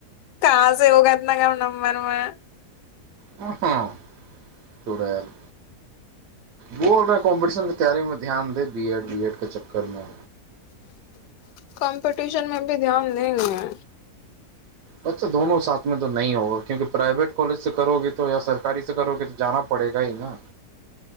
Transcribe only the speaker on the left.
क से योगात ने क न मरमे
कॉम्पटिशन मे भी ध्यान द देंगे